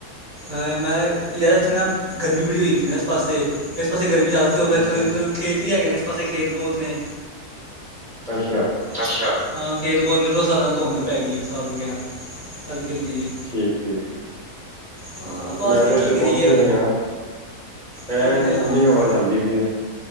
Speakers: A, on the right; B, in the centre.
A: ਅ, ਮੈਂ ਯਾਰ ਇੱਥੇ ਨਾ ਗਰਮੀ ਬੜੀ ਹੋਈ ਸੀ ਨਾ ਇਸ ਪਾਸੇ, ਇਸ ਪਾਸੇ ਗਰਮੀ ਜਾਦਾ ਤੇ ਫਿਰ
B: ਅੱਛਾ
A: ਏਥੇ ਖੇਤ ਵੀ ਹੈਗੇ ਨੇ, ਇਸ ਪਾਸੇ ਖੇਤ ਬੋਤ ਨੇ,
B: ਅੱਛਾ।
A: ਅੱਛ, ਹਾਂ ਖੇਤ ਬੋਤ ਨੇ ਫ਼ਿਰ ਉਸ ਹਿਸਾਬ ਨਾਲ ਧੁੰਦ ਪੈ ਗਈ, ਇਸ ਹਿਸਾਬ ਦੀ ਕਹਿਣਾ ਹਲਕੀ -ਹਲਕੀ ਜੀ।
B: ਠੀਕ -ਠੀਕ
A: ਹਾਂ ਬਸ
B: ਮੈਂ ਤੇ
A: ਕੀ
B: ਏਥੇ
A: ਕਰੀਏ
B: ਕੋਠੇ ਤੇ ਆ। ਐਨ
A: ਕੁੱਟ ਦੇ
B: ਠੰਡੀ
A: ਹਾਂ
B: ਹਵਾ ਚੱਲਦੀ ਪਈ ਆ।